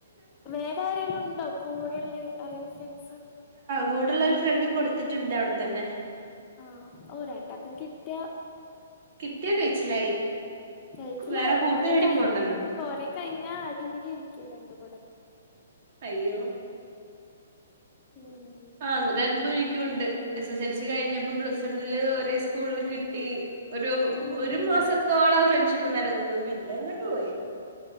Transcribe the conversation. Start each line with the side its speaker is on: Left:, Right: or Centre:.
Left: വേറെ ആരേിലും ഉണ്ടോ കൂടുല്ല ആരേലും ഫ്രണ്ട്സ്
Right: കൂടുള്ള ഒരു ഫ്രണ്ട് കൊടുത്തിട്ടുണ്ട് അവിടെത്തന്നെ
Left: ആഹ് ഓഹ് രണ്ടാക്കും കിട്ടയ
Right: കിട്ടിയ കഴിച്ചിലായി
Left: കഴിച്ചിലാവും
Right: വേറെ കൂട്ടുകാരി
Left: കൊറെ കഴിഞ്ഞ
Right: പോണ്ടല്ലോ
Left: കൊറെ കഴിഞ്ഞ അടിപിടി ആയിരിക്കുവ രണ്ട കൂടെ
Right: അയ്യോ
Left: ഉം
Right: ആഹ് അങ്ങനെരു അനുഭവം എനിക്കുംണ്ട് എസ് എസ് എൽ സി കഴിഞ്ഞപ്പോ പ്ലസ് ണില് ഒരേ സ്കൂളില് കിട്ടി ഒരു
Left: ഉം
Right: ഒരു മാസത്തോളം ആ ഫ്രണ്ട്ഷിപ്പ് നിലനിന്നു പിന്നെ അങ്ങോട്ട് പോയി